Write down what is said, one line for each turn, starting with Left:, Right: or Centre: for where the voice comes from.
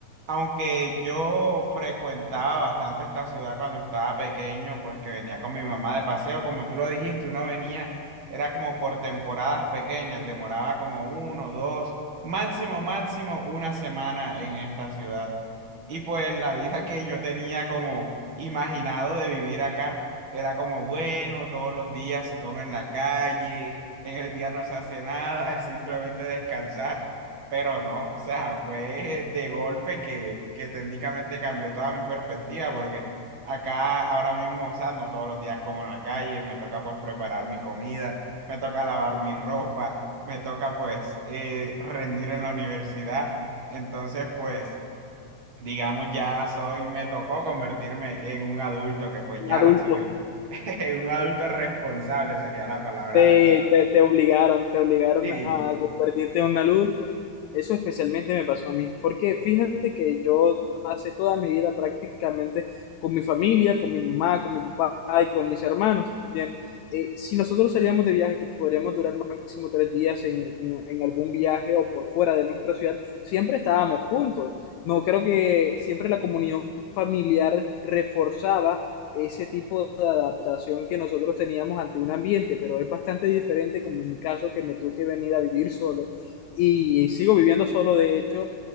Right: aunque yo frecuentaba bastante esta ciudad cuando estaba pequeño, pues que venía con mi mamá de paseo, como tú lo dijiste, uno venía, era como por temporadas pequeñas, demoraba como uno, dos, máximo, máximo una semana en esta ciudad. Y pues la vida que yo tenía como imaginado de vivir acá era como, bueno, todos los días se come en la calle, en el día no se hace nada, <laughs> es simplemente descansar. Pero no, o sea, fue de golpe que, que técnicamente cambió toda mi perspectiva, porque acá ahora mismo, o sea, no todos los días como en la calle, me toca pues preparar mi comida, me toca lavar mi ropa, me toca pues eh, rendir en la universidad. Entonces, pues digamos, ya soy, me tocó convertirme en un adulto, que pues
Left: Un
Right: ya
Left: adulto
Right: lo soy. <laughs> un adulto responsable sería la palabra
Left: Te,
Right: adecuada.
Left: te, te obligaron, te obligaron
Right: Sí.
Left: a convertirte en un adulto. Eso especialmente me pasó a mí, porque fíjate que yo pasé toda mi vida prácticamente con mi familia, con mi mamá, con mi papá y con mis hermanos. Bien, eh, si nosotros salíamos de viaje, que podríamos durar máximo tres días en, en- en algún viaje o por fuera de nuestra ciudad, siempre estábamos juntos. No creo que siempre la comunión familiar reforzaba ese tipo de adaptación que nosotros teníamos ante un ambiente, pero es bastante diferente como en mi caso que me tuve que venir a vivir solo y sigo viviendo solo de hecho,